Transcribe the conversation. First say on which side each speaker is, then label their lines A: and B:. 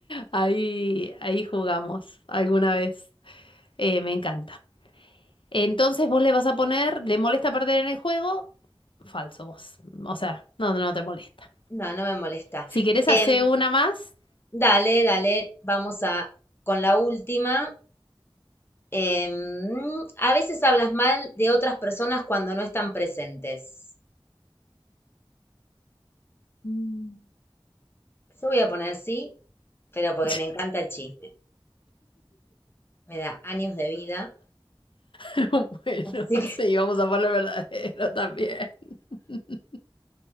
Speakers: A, on the left (about 65°); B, on the left (about 25°).
A: ahí, ahí jugamos alguna vez. Eh, me encanta. Entonces vos le vas a poner, ¿le molesta perder en el juego? Falso vos. O sea, no, no te molesta.
B: No, no me molesta.
A: Si querés
B: Em,
A: hacer una más.
B: dale, dale, vamos a con la última. Em, a veces hablas mal de otras personas cuando no están presentes.
A: Mm.
B: Yo voy a poner sí, pero porque
A: <laughs>
B: me encanta el chisme. Me da años de vida.
A: <laughs> Bueno,
B: Así que
A: sí, vamos a poner verdadero también. <laughs>